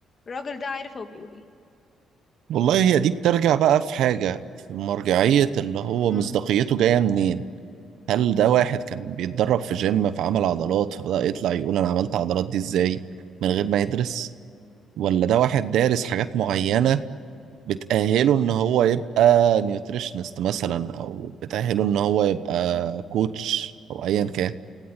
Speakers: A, on the left; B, on the right.
A: الراجل ده عارف هو بيقول
B: والله هي دي بترجع بقى في حاجة في مرجعية اللي هو
A: ايه
B: مصداقيته جاية منين هل ده واحد كان بيتدرب في جيم فعمل عضلات فبدأ يطلع يقول أنا عملت عضلات دي إزاي من غير ما يدرس ولا ده واحد دارس حاجات معينة بتأهله إن هو يبقى نيوتريشنست مثلا أو بتأهله إن هو يبقى كوتش أو أيا كان